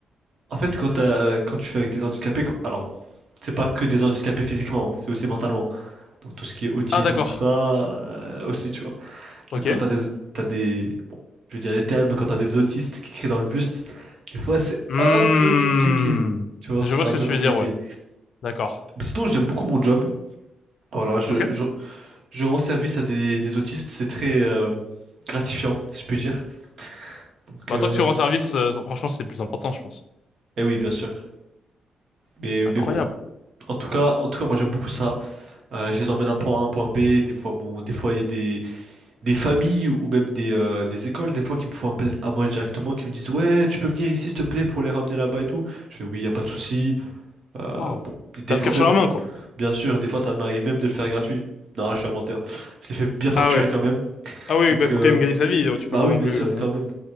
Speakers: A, on the right; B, on the left.
A: en fait, quand t'as, euh, quand tu fais avec des handicapés, quand- alors, c'est pas que des handicapés physiquement, hein, c'est aussi mentalement. Donc tout ce qui est autisme,
B: Ah, d'accord.
A: tout ça, euh, aussi, tu vois.
B: Ok.
A: Donc quand t'as des, t'as des, bon, je veux dire les thèmes, mais quand t'as des autistes qui crient dans le buste, des fois c'est
B: Hmm.
A: un peu compliqué, tu vois,
B: Je
A: c'est
B: vois
A: un
B: ce que
A: peu
B: tu
A: compliqué.
B: veux dire, ouais. D'accord.
A: Mais sinon, j'aime beaucoup mon job. Voilà, je,
B: Ok.
A: je, je rends service à des, des autistes, c'est très euh, gratifiant, si je peux dire. Donc,
B: Bah,
A: euh,
B: tant que tu rends service, euh, franchement, c'est le plus important, je pense.
A: eh oui, bien sûr. Mais,
B: Incroyable.
A: mais bon. En tout cas, en tout cas, moi j'aime beaucoup ça. Euh, je les emmène d'un point A à un point B. Des fois, bon, des fois il y a des, des familles ou même des, euh, des écoles, des fois, qui me font appel à moi directement, qui me disent, ouais, tu peux venir ici, s'il te plaît, pour les ramener là-bas et tout. Je fais, oui, y a pas de souci. Euh,
B: Waouh.
A: bon, Et des
B: T'as
A: fois
B: le cœur
A: même,
B: sur la main, quoi.
A: bien sûr, des fois, ça m'arrive même de le faire gratuit. Non, je suis un menteur. Je les fais bien facturer
B: Ah ouais.
A: quand même.
B: Ah oui,
A: Donc,
B: bah faut
A: euh,
B: quand même gagner sa vie, euh, tu
A: bah
B: peux pas
A: oui,
B: non
A: bien
B: plus...
A: sûr,
B: euh,
A: quand même.